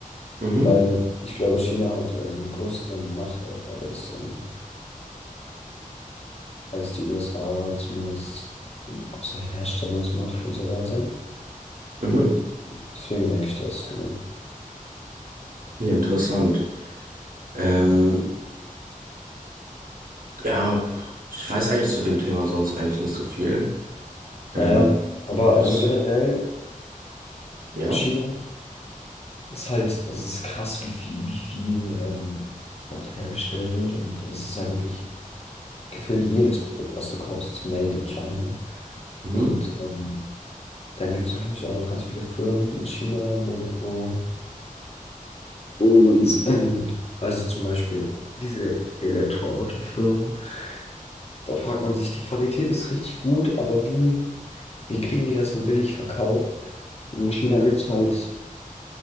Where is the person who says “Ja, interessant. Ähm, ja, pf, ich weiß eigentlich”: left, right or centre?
Right